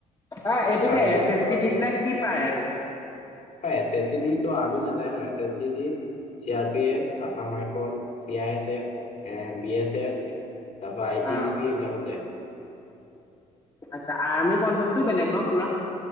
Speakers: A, on the left; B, on the left.
A: অ এইটো
B: তাৰপিছত
A: যে এছ এছ
B: তই
A: পি দি
B: ধৰি
A: পেলাক কি পায় এইটো।
B: এছ এছ চি ডি আমি নাযায় ন এছ এছ চি ডিত C, R P F Assam rifle C I S F A B S F. তাৰপৰা
A: অ
B: আই টি বি এইবিলাকত দে।
A: আচ্ছা আৰ্মি কনচপ্টটো বেলেক ন পুৰা।